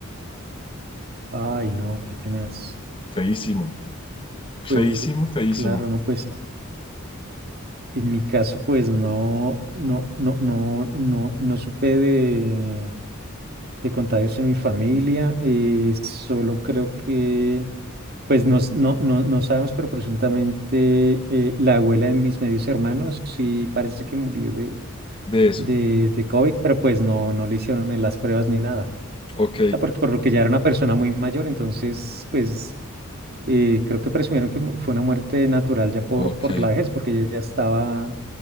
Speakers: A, on the right; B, on the left.
A: Ay, no, qué tenaz.
B: Feísimo, feísimo,
A: Pues,
B: feísimo
A: claro, no, pues en mi caso, pues no, no, no, no, no, no supe de, de contagios en mi familia. eh, solo creo que, pues no, s- no, no, no sabemos, pero presuntamente eh, la abuela de mis medios hermanos sí parece que murió de,
B: de eso.
A: de, de COVID, pero pues no, no le hicieron eh, las pruebas ni nada.
B: Ok,
A: O sea, porque por lo que ya era una persona muy mayor, entonces, pues. Y creo que presumieron que mu- fue una muerte natural ya por,
B: ok.
A: por la vejez, porque ella ya estaba